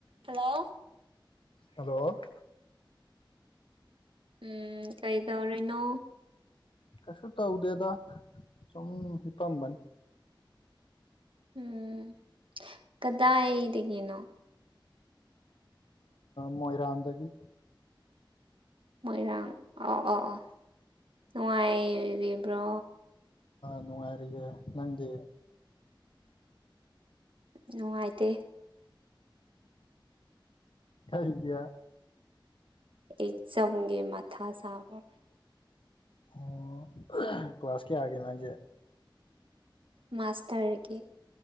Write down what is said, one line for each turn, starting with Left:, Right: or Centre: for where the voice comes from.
Right: ꯍꯜꯂꯣ
Left: ꯍꯜꯂꯣ
Right: ꯎꯝ ꯀꯩꯗꯧꯔꯤꯅꯣ
Left: ꯀꯩꯁꯨ ꯇꯧꯗꯦꯗ ꯁꯨꯝ ꯍꯤꯄꯝꯕꯅꯤ
Right: ꯎꯝ ꯀꯗꯥꯏꯗꯒꯤꯅꯣ
Left: ꯃꯣꯏꯔꯥꯡꯗꯒꯤ
Right: ꯃꯣꯏꯔꯥꯡ ꯑꯣ ꯑꯣ ꯑꯣ ꯅꯨꯡꯉꯥꯏꯔꯤꯕ꯭ꯔꯣ
Left: ꯅꯨꯡꯉꯥꯏꯔꯤꯌꯦ ꯅꯪꯗꯤ
Right: ꯅꯨꯉꯥꯏꯇꯦ
Left: ꯀꯔꯤꯒꯤ
Right: ꯑꯦꯛꯖꯥꯝꯒꯤ ꯃꯊꯥ ꯁꯥꯕ
Left: ꯑꯣ ꯀ꯭ꯂꯥꯁ ꯀꯌꯥꯒꯤꯅꯣ ꯍꯥꯏꯁꯦ
Right: ꯃꯥꯁꯇꯔꯒꯤ